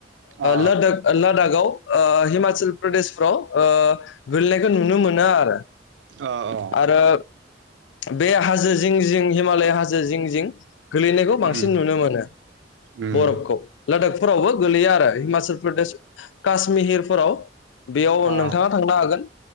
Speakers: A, on the right; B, on the left.
A: अ
B: लादाख लादाखआव हिमाचल प्रदेशफ्राव ओ गोलैनायखौ नुनो मोनो आरो
A: औ औ
B: आरो बे हाजो जिं जिं हिमालय हाजो जिं जिं गोलैनायखौ बांसिन
A: उम
B: नुनो मोनो
A: उम
B: बरफखौ लादाखफोरावबो गोलैया आरो हिमाचल प्रदेश काश्मिहिरफोराव बे बेयाव
A: अ
B: नोंथाङा थांनो हागोन